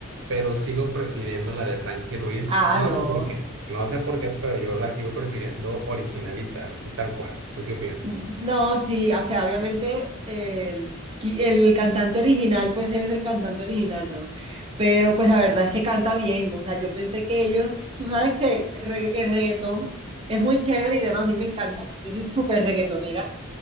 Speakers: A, on the right; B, on the right.
A: pero sigo prefiriendo la de Frankie Ruiz.
B: Ah,
A: No
B: no.
A: sé por qué, no sé por qué, pero yo la sigo prefiriendo originalita, así tal cual. ¿Tú qué opinas?
B: No, sí, o sea, obviamente eh, qui- el cantante original, pues es el cantante original, ¿no? Pero pues la verdad es que canta bien, o sea, yo pensé que ellos, tú sabes que el, re- el reggaetón es muy chévere y demás, a mí me encanta, yo soy súper reggaetonera,